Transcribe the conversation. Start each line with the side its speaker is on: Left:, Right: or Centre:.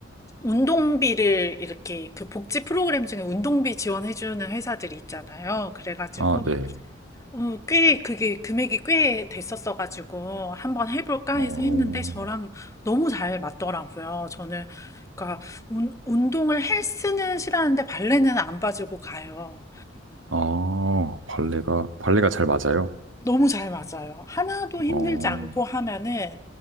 Left: 운동비를 이렇게 그 복지 프로그램 중에 운동비 지원해주는 회사들이 있잖아요. 그래가지고
Right: 아, 네.
Left: 어, 꽤 그게 금액이 꽤 됐었어가지고 한번 해볼까
Right: 어,
Left: 해서 했는데 저랑 너무 잘 맞더라고요. 저는 그러니까 운, 운동을 헬스는 싫어하는데 발레는 안 빠지고 가요.
Right: 아, 발레가, 발레가 잘 맞아요?
Left: 너무 잘 맞아요. 하나도 힘들지
Right: 어.
Left: 않고 하면은